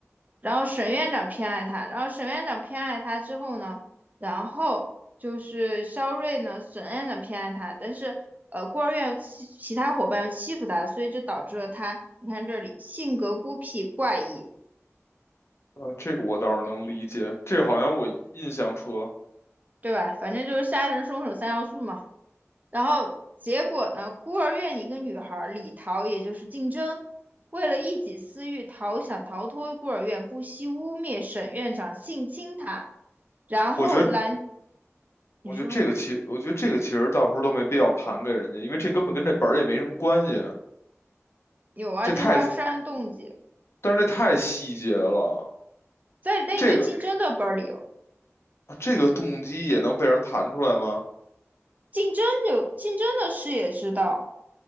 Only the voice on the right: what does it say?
然后沈院长偏爱他，然后沈院长偏爱他之后呢，然后就是肖瑞呢，沈院长偏爱他，但是呃，孤儿院其其他伙伴又欺负他，所以就导致了他，你看这里性格孤僻怪异。
对吧？反正就是杀人凶手三要素嘛。然后结果呢，孤儿院一个女孩李桃，也就是竞争，为了一己私欲逃想逃脱孤儿院，不惜污蔑沈院长性侵她，然后兰，
你说
有啊，
这是她的杀人动机，
在那个竞争的本儿里有，
竞争有竞争的事也知道。